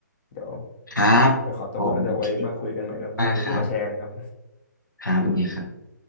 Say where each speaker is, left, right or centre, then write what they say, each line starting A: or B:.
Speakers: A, on the left; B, on the left.
A: เดี๋ยว
B: ครับผมคิด
A: เดี๋ยวขอตัวก่อนแล้วเดี๋ยวไว้มาคุยกันใหม่เนอะขอบคุณที่มาแชร์นะครับ
B: มากครับครับสวัสดีครับ